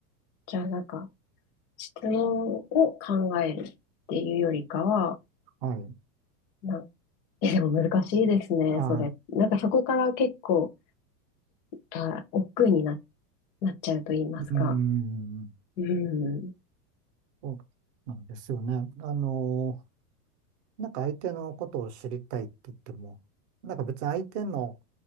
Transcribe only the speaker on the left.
じゃあなんか、質問を考えるっていうよりかは、
なん、<laughs> え、でも難しいですね、
それ。なんかそこから結構、あ、億劫にな、なっちゃうと言いますか。
うん。